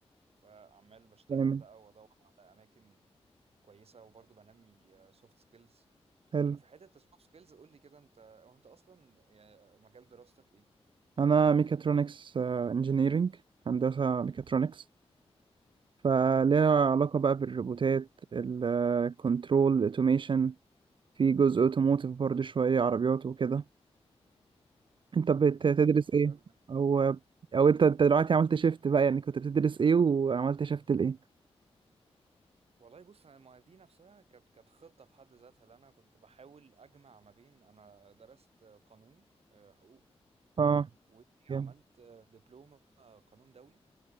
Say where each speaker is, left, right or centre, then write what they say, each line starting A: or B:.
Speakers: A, on the right; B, on the right.
A: فعمال بشتغل
B: تمام
A: بقى وادور على اماكن كويسه وبرضه بنمي سوفت سكيلز
B: حلو
A: يعني في حته السوفت سكيلز قول لي كده انت هو انت اصلا يعني مجال دراستك ايه
B: انا ميكاترونكس انجينيرينج هندسه ميكاترونكس فليها علاقه بقى بالروبوتات الكنترول الاوتوميشن في جزء اوتوموتيف برضو شويه عربيات وكده انت بتدرس
A: اوكي حلو
B: ايه
A: قوي ده
B: او او انت أنت دلوقتي عملت شيفت بقى يعني كنت بتدرس ايه وعملت شيفت لايه
A: والله بص انا ما دي نفسها كانت كانت خطه في حد ذاتها اللي انا كنت بحاول اجمع ما بين انا درست قانون آه، حقوق
B: اه
A: وعملت
B: جامد
A: آه، دبلومه آه، قانون دولي